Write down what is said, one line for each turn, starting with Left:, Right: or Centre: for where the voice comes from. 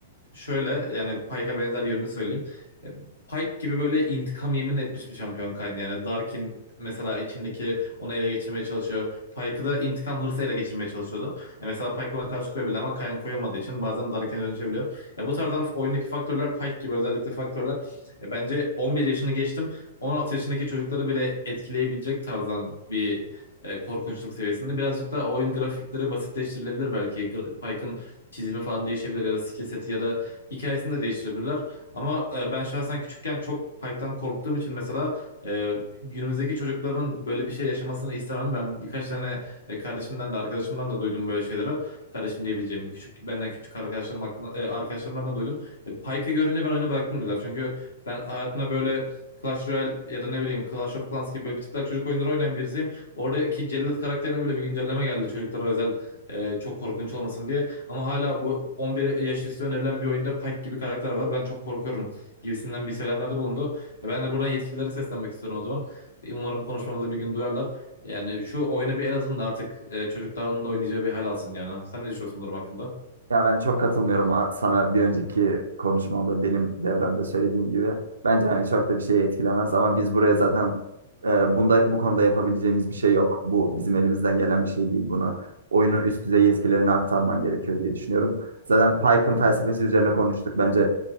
Left: şöyle yani Pike'a benzer yönünü söyleyeyim. E, Pike gibi böyle intikam yemin etmiş bir şampiyon kaynağı. Yani Darkin mesela içindeki onu ele geçirmeye çalışıyor. Pike'ı da intikam hırsı ele geçirmeye çalışıyordu. E, mesela Pike buna karşı koyabilir ama Kayn koyamadığı için bazen Darkin'e dönüşebiliyor. Ya bu tarzdan oyundaki faktörler Pike gibi özellikle faktörler e, bence 11 yaşını geçtim 16 yaşındaki çocukları bile etkileyebilecek tarzdan bir e, korkunçluk seviyesinde. Birazcık da oyun grafikleri basitleştirilebilir belki. Gra- Pike'ın çizimi falan değişebilir ya da skill seti ya da hikayesini de değiştirebilirler. Ama e, ben şahsen küçükken çok Pike'dan korktuğum için mesela e, günümüzdeki çocukların böyle bir şey yaşamasını istemem. Ben birkaç tane e, kardeşimden de arkadaşımdan da duydum böyle şeyleri. Kardeşim diyebileceğim küçük benden küçük arkadaşlarım hakkında, e, arkadaşlarımdan da duydum. E, Pike'ı görünce ben oyunu bıraktım diyorlar. Çünkü ben hayatımda böyle Clash Royale ya da ne bileyim Clash of Clans gibi böyle bir tık daha çocuk oyunları oynayan birisiyim. Oradaki Cellat karakterine bile bir güncelleme geldi çocuklara özel e, çok korkunç olmasın diye. Ama hala bu 11 yaş üstü önerilen bir oyunda Pike gibi karakter var. Ben çok korkuyorum gibisinden bir söylemlerde bulundu. Ya Ben de buradan yetkililere seslenmek istiyorum o zaman. E, Umarım konuşmamızı bir gün duyarlar. Yani şu oyuna bir el atın da artık e, çocukların da oynayacağı bir hal alsın yani. Sen ne düşünüyorsun bu durum hakkında?
Right: Ya ben çok katılmıyorum a- sana bir önceki konuşmamda benim devremde söylediğim gibi. Bence hani çok da bir şey etkilemez ama biz buraya zaten e, bunda bu konuda yapabileceğimiz bir şey yok. Bu bizim elimizden gelen bir şey değil bunu. Oyunun üst düzey yetkilerini aktarman gerekiyor diye düşünüyorum. Zaten Pike'ın felsefesi üzerine konuştuk. Bence